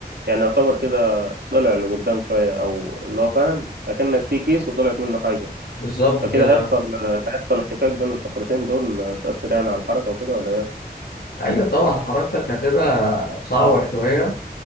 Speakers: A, on the right (about 80°); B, on the left (about 70°).
A: يعني يعتبر كده طلع لقدام شويه او اللي هو فاهم اكنك في كيس وطلعت منه حاجه
B: بالظبط
A: فكده
B: كده
A: هيحصل هيحصل احتكاك بين الفقرتين دول تأثر يعني على الحركة وكده ولا ايه؟
B: ايوه طبعا حركتك هتبقى صعبة شوية